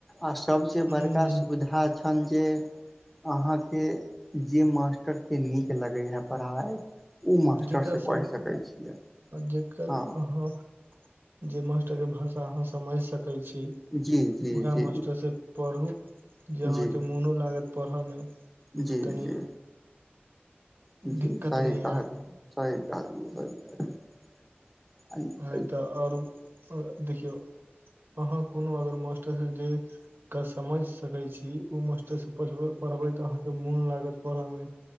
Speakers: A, in the centre; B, on the right.
A: आ सबसँ
B: हूँ
A: बड़का सुविधा छै। अनजे अहाँके जे मास्टरके नीक लगै हेए पढ़ाइ। ओ मास्टरसँ
B: जेकर सम
A: पढ़ि सकै छियै
B: जेकर
A: हँ
B: आहाँ। जे मास्टर के भाषा आहाँ समैझ सकै छी
A: जी जी
B: उएह
A: जी
B: मास्टर सँ। पढ़ू जे आहाँके
A: जी
B: मोनो लागत पढ़ऽ मे।
A: जी
B: तनी
A: जी जी
B: दिक्कत
A: सही
B: नहि
A: कहलिय
B: हैत
A: सही कहलिय सी कहलियै। कहलियै
B: नहि तऽ आरो देखियौ आहाँ कोनो अगर मास्टरसँ जे? के समझ सकै छी ओ मास्टरसँ पढ़ब-पढ़बै तऽ अहाँके मोन लागत पढ़ऽ मे।